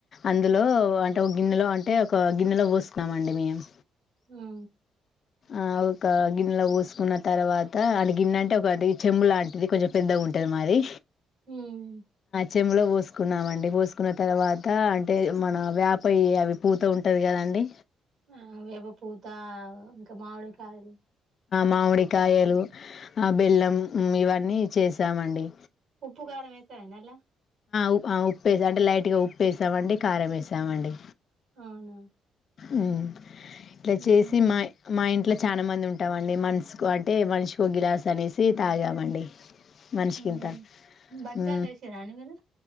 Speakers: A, on the left (about 55°); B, on the right (about 75°).
A: అందులో అంటే ఒక గిన్నెలో అంటే ఒక గిన్నెలో పోస్తున్నామ అండి మేము
B: ఆ
A: ఆ ఆవుకా గిన్నలో పోసి కున్న తర్వాత అది గిన్న అంటే ఒక చెంబు లాంటిది కొంచెం పెద్దగా ఉంటుంది మాది
B: హుమ్
A: చెమ్ములో పోసుకున్నామండి. పోసుకున్న తర్వాత అంటే మన వాపయ్య అవి పూత ఉంటది కద అండి.
B: ఆ వేవ పూత ఇంకా మామిడి కాయలు
A: మామిడి కాయలు ఆ బెల్లం ఇవన్నీ చేసామండి
B: ఉప్పు కారం వేస్తారన్నలా
A: ఉ ఉప్పు ఏసాం అంటే లైట్గా ఉప్పు వేసామండి కారం వేసామండి
B: అవునా
A: ఉ ఇట్ల
B: ఉమ్
A: చేసి మా మా ఇంట్లో చాలా మంది ఉంటాం అన్ మనసుకు అంటే మనిషికు ఒక గిలాస్ అనేసి తాగామండి మనిషికింత
B: అవును బచ్చాలు
A: ఉ
B: చేసిర్రా అండి మీరు